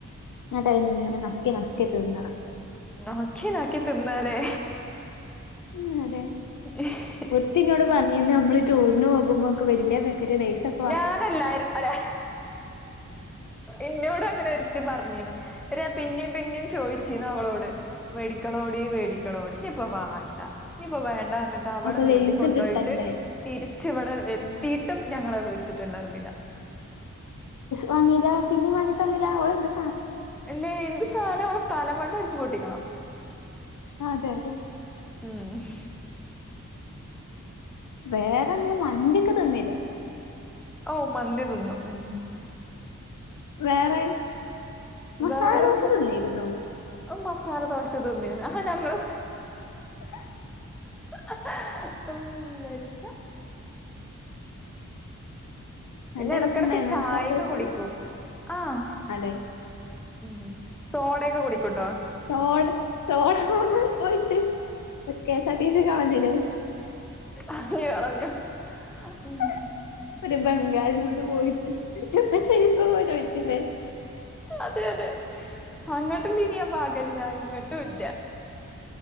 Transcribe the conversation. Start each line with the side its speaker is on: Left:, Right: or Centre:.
Left: എന്നട്ടങ്ങനെ നക്കി നക്കി തീന്നണം.
Centre: നക്കി നക്കി തിന്നാലെ
Left: ഉം അതെ
Centre: ഉ <unintelligible>
Left: ഒരീത്തിന്നോട് പറയുന്നത് നമ്മള് ടൂറിന് പോകുമ്പോെ വലിയ പാക്കക്കറ്റ് ലൈസക്കെ
Centre: ഞാനല്ലായിരുന്നു അരാ എന്നോട് അങ്ങനെ ഒരുത്തി പറഞ്ഞു അ പിന്നേം പിന്നേം ചോയിച്ചിരുന്നു അവളോട് മേടിക്കണോടി വേടിക്കണോടി ഇപ്പൊ വേണ്ട ഇപ്പൊ വേണ്ട അവിടെ
Left: അപ്പൊ
Centre: നീട്ടിക്കൊണ്ടുപോയിട്ട്
Left: ലേസ് കിട്ടണ്ടേ
Centre: തിരിച്ച ഇവിടെ എത്തിട്ടും
Left: ആഹ്
Centre: ഞങ്ങളെ വിേടിച്ചിട്ടുണ്ടായിരുന്നില്ല
Left: വങ്ങീല പിന്നും വാങ്ങിത്ത തങ്ങീല അവള എ
Centre: അല്ല എന്ത് സാധനം അവിടെ തലമണ്ട് അടിച്ച് പൊട്ടിക്കണം
Left: ആഹ് അതെ അതെ
Centre: ആഹ്
Left: വേറെങ്ങനെ മന്ണ്ടിയൊക്കെ തന്നില്ലേ
Centre: ഓ മന്തി തിന്നും
Left: വേറെ മസാല
Centre: വേറെന്ത
Left: ദോശ തിന്നിരുന്നോ
Centre: മസാല ദോശ തിന്നി ആഹ് ഞങ്ങള്
Left: <unintelligible>
Centre: <unintelligible> പിന്നെ
Left: നല്ല
Centre: ഇടക്കിടക്ക്
Left: രസണ്ടായിരുന്നു
Centre: ചായയൊക്കെ
Left: മസാല ദോശ
Centre: കുടിക്കും ആഹ്
Left: അതെ
Centre: ഉം സോടയൊക്കെ കുടിക്കൂട്ടോ
Left: സോട സോട ആൻപോയിട്ട് കേസർ തീസ് കാണുന്നില്ലേ
Centre: അങ്ങ് കളഞ്ഞു
Left: <unintelligible>
Centre: ഉം
Left: ഒരു ബംഗാളിനോട് പോയിട്ട് ചപ്പോ ശരിക്കും പോ ചോദിച്ചില്ലേ
Centre: അതെ അതെ അങ്ങോട്ടും ഇനിയൻ പാഗില്ല ഇങ്ങോട്ടും ഇല്ല